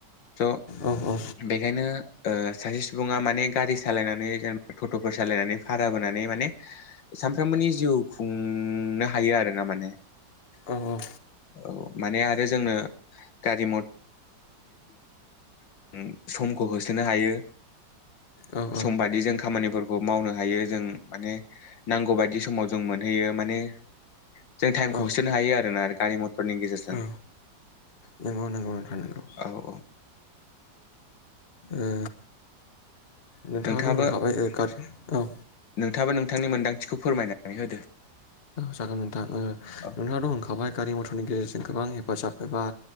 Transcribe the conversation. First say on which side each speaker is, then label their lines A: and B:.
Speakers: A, on the left; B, on the left.
A: स'
B: औ औ
A: बेखायनो ओ सासे सुबुङा माने माने गारि सालायनानै जेनेबा टट'फोर सालायनानै भारा बोनानै माने सामफ्रामबोनि जिउ खुंनो हायो आरो ना माने
B: औ औ
A: औ माने आरो जोंनो गारि <unintelligible> समखौ होसोनो हायो
B: औ
A: समबादि जों खामानिफोर ओ मावनो हायो जों माने नांगौ बायदि समाव जों मोनहैयो माने जों थाइमखौ
B: औ
A: होसोनो हायो आ आरो गारि मथरनि गेजेरजों
B: औ नंगौ नंगौ नोंथां नंगौ
A: औ औ
B: ओ नोंथाङाथ'
A: नोंथाङाबो
B: होनखाबाय ओ गारि औ
A: थाङाबो नोंथांनि मोन्दांथिखौ फोरमायनानै होदो
B: जागोन नोंथां ओ
A: औ
B: नोंथाङाथ' होनखाबाय गारि मथरनि गेजेरजों गोबां हेफाजाब एबा